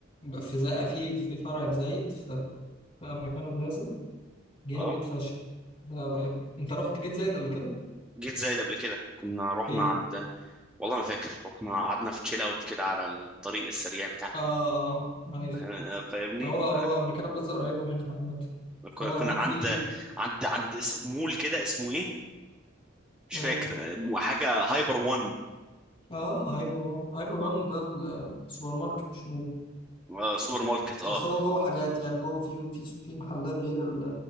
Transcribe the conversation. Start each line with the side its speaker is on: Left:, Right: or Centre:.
Left: في زي في في فرع في زايد في, في امريكانا بلازا جامد
Centre: اه
Left: فشخ ده بحبه انت رحت جيت زايد قبل كده
Centre: جيت زايد قبل كده كنا رحنا
Left: في
Centre: عند والله ما فاكر رحنا قعدنا في تشيل اوت كده على الطريق السريع بتاعكم
Left: اه اه آه، عارف
Centre: آه، فاهمني
Left: هو هو
Centre: ف-
Left: امريكانا بلازا قريبه منها عامه
Centre: كنا
Left: فهو
Centre: كنا
Left: هناك
Centre: عند
Left: في
Centre: عند عند اسم مول كده اسمه ايه مش
Left: ايه
Centre: فاكر آه، مو- حاجه هايبر وان
Left: اه هايبر وان هايبر وان
Centre: آه،
Left: ده السوبر ماركت مش مول
Centre: آه، سوبر ماركت اه
Left: بس هو جوه حاجات يعني جوه في في في محلات غير ال